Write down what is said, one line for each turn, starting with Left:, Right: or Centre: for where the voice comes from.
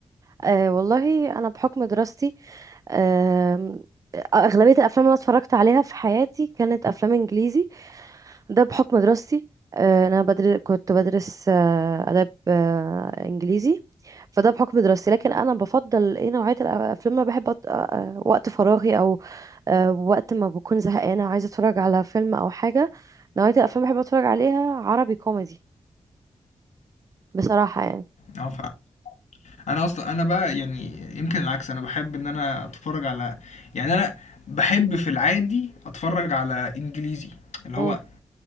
Right: أه والله أنا بحكم دراستي أم، أغلبية الأفلام اللي أنا اتفرجت عليها في حياتي كانت أفلام إنجليزي ده بحكم دراستي أه، أنا بدر... كنت بدرس أه، آداب أه، إنجليزي فده بحكم دراستي لكن أنا بفضل إيه نوعية الأفلام اللي أنا بحب أط... أه، أه، وقت فراغي أو أه، وقت ما بكون زهقانة عايزة أتفرج على فيلم أو حاجة نوعية الأفلام اللي بحب أتفرج عليها عربي كوميدي بصراحة يعني
Left: اه فعلا أنا أصلا أنا بقى يعني يمكن العكس أنا بحب إن أنا أتفرج على يعني أنا بحب في العادي أتفرج على إنجليزي اللي
Right: مم،
Left: هو